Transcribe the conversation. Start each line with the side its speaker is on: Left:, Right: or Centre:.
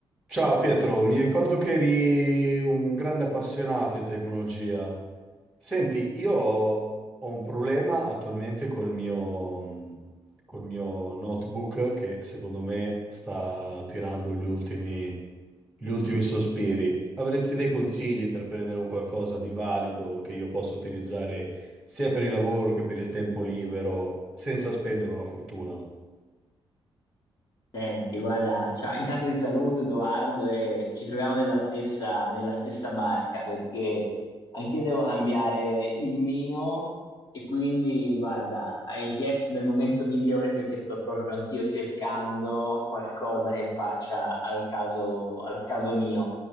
Centre: Ciao Pietro, mi ricordo che eri un grande appassionato di tecnologia. Senti, io ho ho un problema attualmente col mio, mh, col mio notebook che secondo me sta tirando gli ultimi, gli ultimi sospiri. Avresti dei consigli per prendere un qualcosa di valido che io possa utilizzare sia per il lavoro che per il tempo libero senza spendere una fortuna?
Left: Senti, guarda, ciao, intanto ti saluto Edoardo e ci troviamo nella stessa, nella stessa barca perché anch'io devo cambiare il mio e quindi, guarda, hai chiesto nel momento migliore perché sto proprio anch'io cercando qualcosa che faccia al caso, al caso mio.